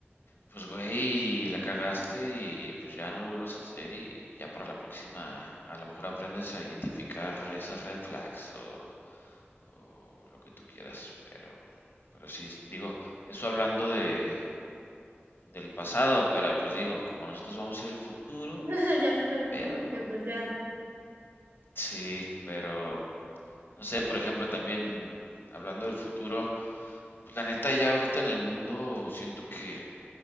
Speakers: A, on the left; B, on the right.
A: pues güey, la cagaste y pues ya no lo vuelvas a hacer y ya para la próxima a lo mejor aprendes a identificar esas red flags o o lo que tú quieras, pero, pero sí, digo, eso hablando de, del pasado, pero pues digo, como nosotros vamos a ir al futuro,
B: <laughs>
A: pues
B: Ya sé,
A: no hay pedo,
B: ¿no? De
A: ¿no?
B: Que pues ya,
A: Sí, pero no sé, por ejemplo, también hablando del futuro, pues la neta ya ahorita en el mundo siento que